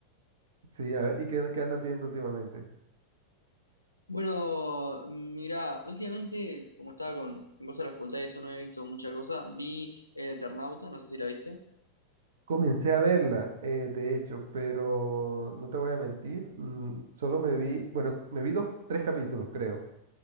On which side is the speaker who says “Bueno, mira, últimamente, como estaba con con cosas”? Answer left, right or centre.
Left